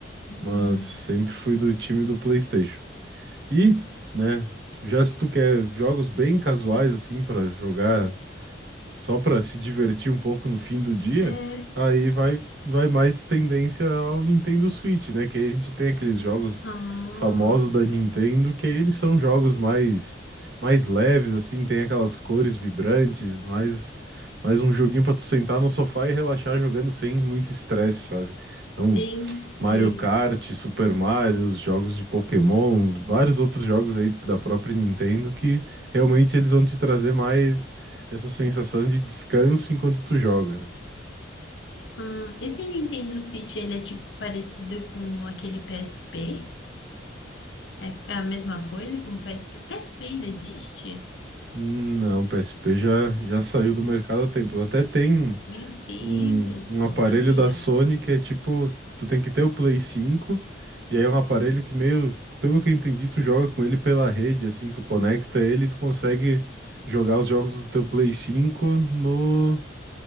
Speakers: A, on the right; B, on the left.
A: Mas
B: Ah,
A: sempre fui do time do PlayStation. E, né, já se tu quer jogos bem casuais assim pra jogar só para se divertir um pouco no fim do dia,
B: é.
A: aí vai, vai mais tendência ao Nintendo Switch, né? Que aí a gente tem aqueles jogos
B: Ah,
A: famosos da Nintendo, que aí eles são jogos mais, mais leves, assim, tem aquelas cores vibrantes, mais, mais um joguinho para tu sentar no sofá e relaxar jogando sem muito estresse, sabe? Então,
B: entendi.
A: Mario Kart, Super Mario, os jogos de Pokémon, vários outros jogos aí da própria Nintendo que realmente eles vão te trazer mais essa sensação de descanso enquanto tu joga, né?
B: Hum, esse Nintendo Switch, ele é tipo parecido com aquele PSP? É, é a mesma coisa que um PSP? PSP ainda existe?
A: Hum, Não, o PSP já, já saiu do mercado há tempos. Até tem
B: Meu Deus,
A: um, um
B: não
A: aparelho
B: sabia.
A: da Sony que é tipo, tu tem que ter o Play 5, e aí é um aparelho que meio, pelo que eu entendi, tu joga com ele pela rede, assim, tu conecta ele e tu consegue jogar os jogos do teu Play 5 no